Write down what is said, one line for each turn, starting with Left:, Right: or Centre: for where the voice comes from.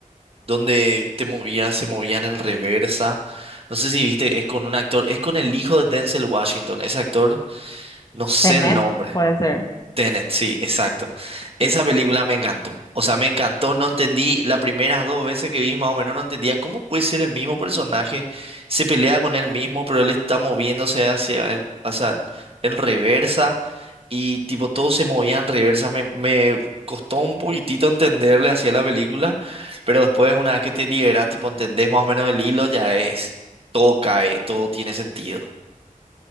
Right: donde te movías, se movían en reversa. No sé si viste, es con un actor, es con el hijo de Denzel Washington, ese actor, no sé
Left: Tenet,
Right: el nombre.
Left: puede ser.
Right: Tenet, sí, exacto. Esa
Left: sí.
Right: película me encantó. O sea, me encantó. No entendí las primeras dos veces que vi, más o menos no entendía cómo puede ser el mismo personaje. Se pelea con él mismo, pero él está moviéndose hacia, el- o sea, en reversa. Y tipo, todo se movía en reversa. Me, me costó un poquitito entenderle hacia la película. Pero después, una vez que te liberas, tipo, entendés más o menos el hilo, ya es, todo cae, todo tiene sentido.